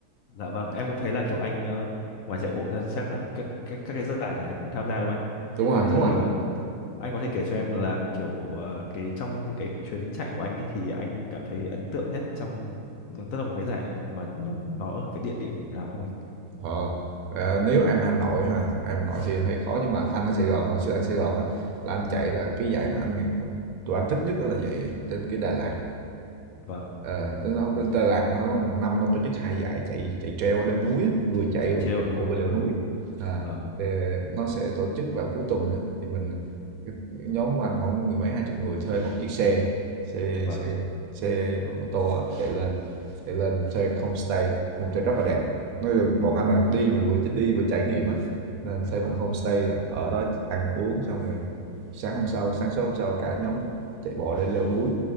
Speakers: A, on the left; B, on the right.
A: dạ vâng em cũng thấy là kiểu anh ờ, ngoài chạy bộ ra thì chắc là các các các cái giải là anh cũng tham gia đúng không anh
B: đúng rồi
A: thế thì
B: đúng rồi
A: ờ, anh có thể kể cho em là kiểu ờ, cái trong những cái chuyến chạy của anh ấy thì anh cảm thấy ấn tượng nhất trong tức là một cái giải mà nó nó ở cái địa điểm nào không anh
B: ờ à, nếu em Hà Nội ha em Hà Nội thì hơi khó nhưng mà anh ở Sài Gòn hồi xưa anh Sài Gòn á là anh chạy
A: vâng
B: là cái giải mà anh tụi anh thích nhất đó là chạy trên cái Đà Lạt
A: vâng
B: Ờ, nó nó bên Đà Lạt nó nó một năm nó tổ chức hai giải chạy chạy treo leo núi á, vừa
A: chạy,
B: chạy
A: chạy
B: vừa
A: trail
B: chạy
A: đúng
B: bộ
A: không
B: vừa leo
A: vâng
B: núi. À,
A: vâng
B: thì nó sẽ tổ chức vào cuối tuần á thì mình cái nhóm của anh khoảng mười mấy hai chục người thuê một chiếc xe xe
A: vâng
B: xe xe ô tô á, chạy lên chạy lên thuê homestay homestay rất là đẹp nói là bọn anh là đi mà vừa đi vừa trải nghiệm á nên thuê
A: vâng
B: một homestay ở đó ăn uống xong rồi sáng hôm sau sáng sớm hôm sau cả nhóm chạy bộ lên leo núi